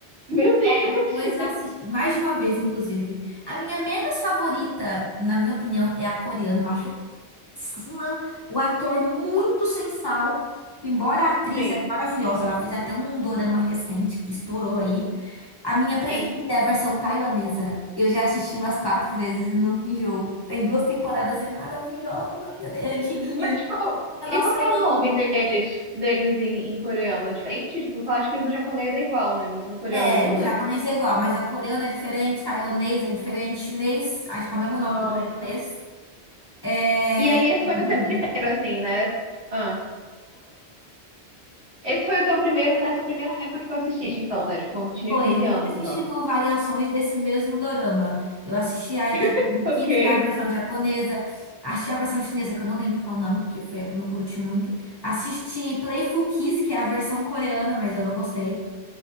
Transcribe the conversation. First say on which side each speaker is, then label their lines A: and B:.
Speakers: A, on the right; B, on the left.
A: meu Deus!
B: Depois
A: <laughs>
B: eu assisti mais de uma vez, inclusive. A minha menos favorita, na minha opinião, é a coreana. Eu acho cima, o ator muito sem sal. Embora a atriz
A: Sim.
B: é maravilhosa, ela fez até um dorama recente que estourou aí. A minha preferida
A: Sim.
B: é a versão taiwanesa. Eu já assisti umas quatro vezes e nunca enjoo. Tem duas temporadas, é maravilhosa, a minha é antiguinha.
A: Mas qual,
B: Nossa,
A: e qual que
B: eu
A: é o
B: amo.
A: nome deles, deles em, em coreano? É diferente? Tipo, eu acho que do japonês é igual, né? Mas no coreano
B: É,
A: muda?
B: do japonês é igual, mas a coreana é diferente, taiwanês é diferente, chinês, acho que é o mesmo nome
A: Nossa.
B: do taiwanês. É,
A: E aí esse foi o
B: muda.
A: primeiro, assim, né? Ah, esse foi o teu primeiro nessa primeira época que tu assististe, então, né? Tipo, quando tu tinha
B: Foi,
A: 15
B: eu
A: anos,
B: vim assistindo
A: então.
B: variações desse mesmo dorama. Eu assisti a Itazuma
A: <laughs>
B: no
A: Ok.
B: Kiss, que é a versão japonesa. Assisti a versão chinesa, que eu não lembro qual é o nome, porque foi a que eu não curti muito. Assisti Playful Kiss, que é a versão coreana, mas eu não gostei.